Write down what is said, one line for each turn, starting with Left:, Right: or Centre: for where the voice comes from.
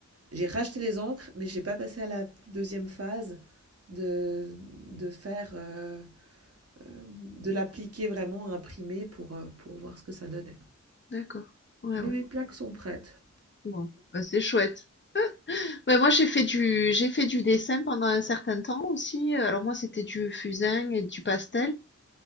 Right: J'ai racheté les encres, mais j'ai pas passé à la deuxième phase de, de faire, euh, euh, de l'appliquer vraiment, à imprimer pour, euh, pour voir ce que ça donnait.
Left: D'accord. Ouais,
Right: Mais
Left: ouais.
Right: mes plaques sont prêtes.
Left: Bon, bah, c'est chouette. Ouais, moi, j'ai fait du, j'ai fait du dessin pendant un certain temps aussi. Euh, Alors, moi, c'était du fusain et du pastel.